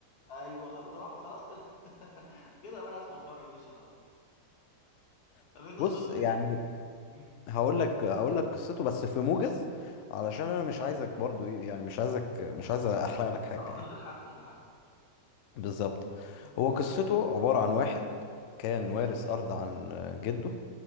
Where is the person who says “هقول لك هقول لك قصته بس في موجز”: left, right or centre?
Left